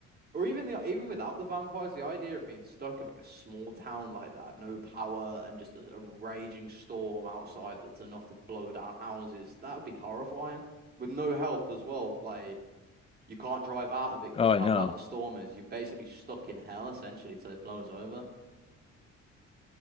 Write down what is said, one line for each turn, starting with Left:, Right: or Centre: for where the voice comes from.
Right: Or even the even without the vampires, the idea of being stuck in like a small town like that, no power, and just a, a raging storm outside that's enough to blow down houses, that would be horrifying. With no help as well, like. You can't drive out of it because
Left: Oh,
Right: of
Left: I
Right: how
Left: know.
Right: bad the storm is. You're basically stuck in hell essentially till it blows over.